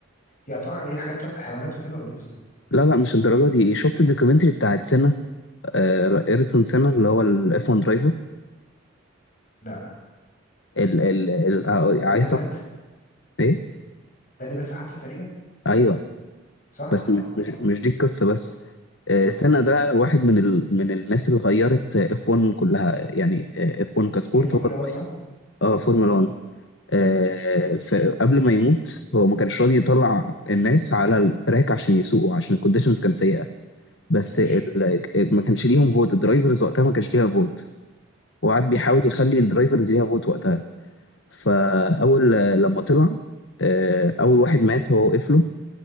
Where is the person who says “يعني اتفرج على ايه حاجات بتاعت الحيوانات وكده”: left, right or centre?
Left